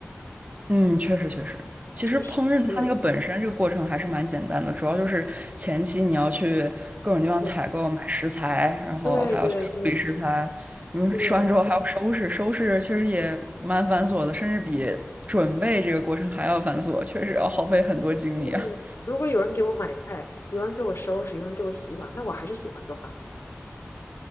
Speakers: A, on the right (about 35°); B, on the left (about 80°).
A: 嗯，确实确实，其实烹饪它那个本身这个过程还是蛮简单的，
B: 就是对
A: 主要就是前期你要去各种地方采购买食材，
B: 对
A: 然后还要去处理食材，
B: 对对
A: 嗯，
B: 对对。
A: 吃完之后还要收拾，收拾确实也蛮繁琐的，甚至比准备这个过程还要繁琐，确实要耗费很多精力啊。
B: 嗯，如果有人给我买菜，有人给我收拾，有人给我洗碗，那我还是喜欢做饭，